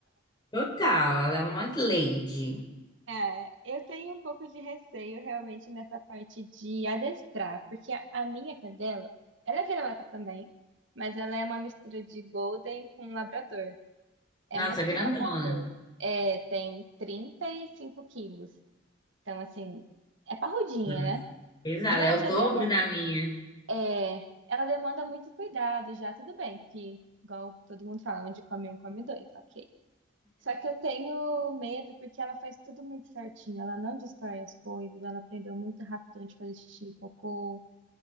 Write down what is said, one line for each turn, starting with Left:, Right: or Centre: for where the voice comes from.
Left: Total, ela é uma lady.
Right: É, eu tenho um pouco de receio realmente nessa parte de adestrar, porque a, a minha cadela, ela é vira-lata também, mas ela é uma mistura de Golden com Labrador. É
Left: Nossa,
Right: mais
Left: grandona.
Right: que um Labrador. É, tem 35 quilos. Então, assim, é parrudinha,
Left: Nossa,
Right: né?
Left: pesada,
Right: E ela
Left: é o
Right: já
Left: dobro
Right: dema-
Left: da minha.
Right: é, ela demanda muito cuidado já, tudo bem, que igual todo mundo fala, onde come um, come dois, ok. Só que eu tenho medo porque ela faz tudo muito certinho. Ela não destrói as coisas, ela aprendeu muito rápido antes de fazer xixi, e cocô.